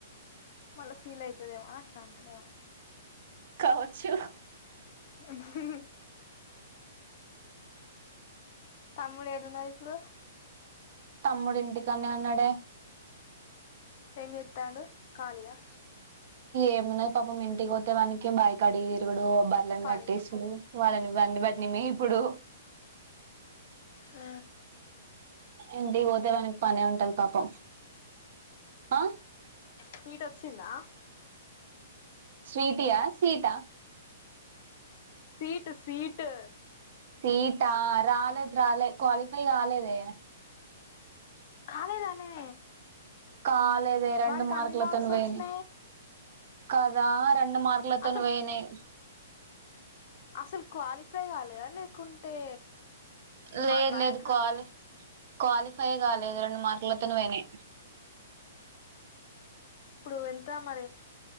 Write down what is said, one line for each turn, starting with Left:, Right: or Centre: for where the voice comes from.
Left: మళ్ళ ఫీల్ అయితదేమో అట్లా అంటదేమ
Right: కావచ్చు
Left: హ్మ్హ్మ్ తమ్ముడు ఏడున్నడు ఇప్పుడు
Right: తమ్ముడు ఇంటికనే ఉన్నడే
Left: ఏం చెత్తండు కాలీయా
Right: ఏమున్నాది పాపం ఇంటికి పోతే వానీకి బైకడి తిరుగుడు బర్లని
Left: పని
Right: కట్టేసుడు వాళ్ళని వండి బట్టినీ మెపుడు
Left: ఆ
Right: ఇంటికి పోతే దానికి పనే ఉంటది పాపం, ఆ.
Left: సీట్ వచ్చిందా?
Right: స్వీటియా, సీటా?
Left: Seat, seat.
Right: సీటా రాలేదు రాలే క్వాలిఫై కాలేదే.
Left: కాలేదానే!
Right: కాలేదే రెండు
Left: వాడికి
Right: మార్కులతోని
Left: అన్ని మార్క్స్
Right: పోయిన్నే.
Left: వచ్చినాయి
Right: కదా రెండు మార్కులతోని
Left: అసలు
Right: పోయినయి.
Left: అస్సలు క్వాలిఫై కాలేదా లేకుంటే
Right: లేదు
Left: మరి ర్యాంక్
Right: లేదు
Left: రాలేదా
Right: క్వాలి క్వాలిఫైయే కాలేదు రెండు మార్కులతోని పోయినయి.
Left: ఇప్పుడు ఎంత మరి